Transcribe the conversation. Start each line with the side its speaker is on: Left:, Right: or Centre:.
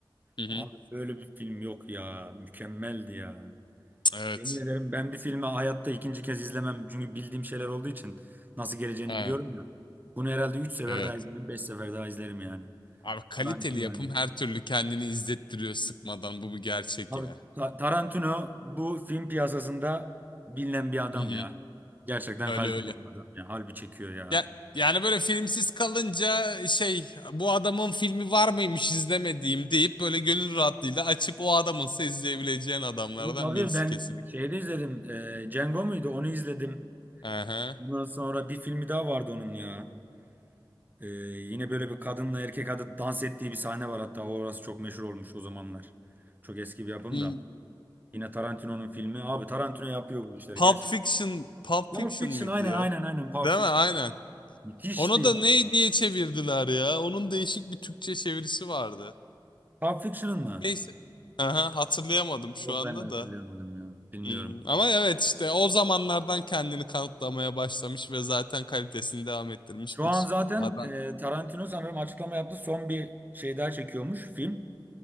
Left: Hı hı.
Right: Abi böyle bir film yok ya. Mükemmeldi ya.
Left: Evet.
Right: Yemin ederim ben bir filmi hayatta ikinci kez izlemem. Çünkü bildiğim şeyler olduğu için nasıl geleceğini
Left: Ha,
Right: biliyorum ya. Bunu herhalde 3 sefer
Left: evet.
Right: daha izlerim, 5 sefer daha izlerim yani.
Left: Abi kaliteli
Right: Garanti yani.
Left: yapım her türlü kendini izlettiriyor sıkmadan. Bu bir gerçek
Right: Abi
Left: ya.
Right: Ta- Tarantino bu film piyasasında bilinen bir adam
Left: Hı hı.
Right: ya. Gerçekten
Left: Öyle
Right: kaliteli
Left: öyle.
Right: bir adam ya. Harbi çekiyor ya.
Left: Ya yani böyle filmsiz kalınca şey bu adamın filmi var mıymış izlemediğim deyip böyle gönül rahatlığıyla açıp o adamınsa izleyebileceğin adamlardan
Right: Tabii tabii
Left: birisi
Right: ben
Left: kesinlikle.
Right: şeyde izledim. E, Django muydu? Onu izledim.
Left: Aha.
Right: Ondan sonra bir filmi daha vardı onun ya. E, yine böyle bir kadınla erkek adı dans ettiği bir sahne var hatta. Orası çok meşhur olmuş o zamanlar. Çok eski bir yapım
Left: Hmm,
Right: da. Yine Tarantino'nun filmi. Abi Tarantino yapıyor bu işleri
Left: Pulp
Right: gerçekten.
Left: Fiction, Pulp
Right: Pulp
Left: Fiction
Right: Fiction
Left: mıydı
Right: aynen
Left: ya?
Right: aynen aynen Pulp
Left: Değil
Right: Fiction.
Left: mi? Aynen.
Right: Müthişti
Left: Onu
Right: ya.
Left: da ne diye çevirdiler ya? Onun değişik bir Türkçe çevirisi vardı.
Right: Pulp Fiction'ın mı?
Left: Neyse. Aha, hatırlayamadım
Right: Yok
Left: şu anda
Right: ben de hatırlayamadım
Left: da.
Right: ya. Bilmiyorum.
Left: Hmm, Ama evet işte o zamanlardan kendini kanıtlamaya başlamış ve zaten kalitesini devam ettirmiş
Right: Şu
Left: bir
Right: an zaten
Left: adam.
Right: e, Tarantino sanırım açıklama yaptı. Son bir şey daha çekiyormuş film.